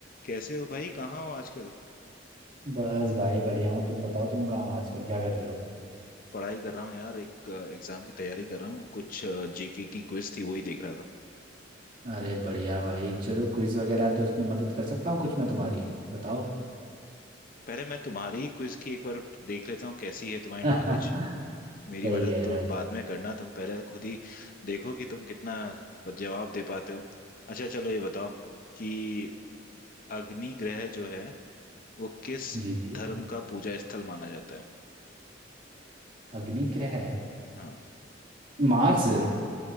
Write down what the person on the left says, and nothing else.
कैसे हो भाई कहाँ हो आजकल
पढ़ाई कर रहा हूँ यार एक एग्जाम की तैयारी कर रहा हूँ कुछ जीके की क्विज थी वही देख रहा था
पहले मैं तुम्हारी क्विज की एक बार देख लेता हूँ कैसी है तुम्हारी
नॉलेज
मेरी मदद
तो
बाद में करना तुम पहले खुद ही देखो कि तुम कितना ब- जवाब दे पाते हो अच्छा चलो ये बताओ कि अग्नि ग्रह जो है वो किस
धर्म का पूजा स्थल माना जाता है
हाँ